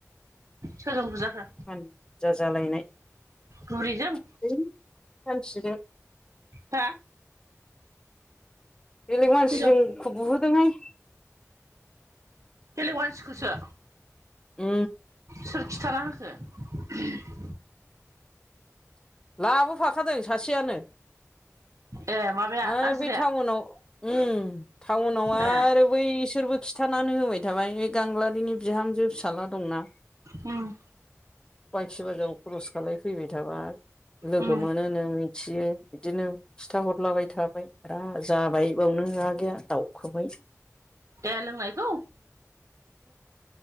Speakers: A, on the right; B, on the left.
A: सोरजों बुजाखो
B: हानजा जालायनाय
A: बुरिजों
B: <unintelligible>
A: हा
B: बेलेग मानसिजों
A: हिनजाव
B: बुहोदोंहाय
A: बेलेग मानसिखोसो
B: ओ
A: सोर खिथाना होखो
B: लाबोफाखादों सासेयानो
A: ए माबाया
B: आरो
A: नाजिराया
B: बे टाउनाव ओम टाउनाव आरो
A: ए
B: बै सोरबो खिथानानै होबाय थाबाय बे गांग्लाारिनि बिहामजो फिसाज्ला दंना।
A: उम
B: फानसि बाजार खरस खालाय फैबाय थाबा लोगो
A: उम
B: मोनोनो मिथियो। बिदिनो खिथाहरलाबाय थाबाय आ जाबाय बावनो हा गैया दाउखोबाय
A: ए लोंनायखौ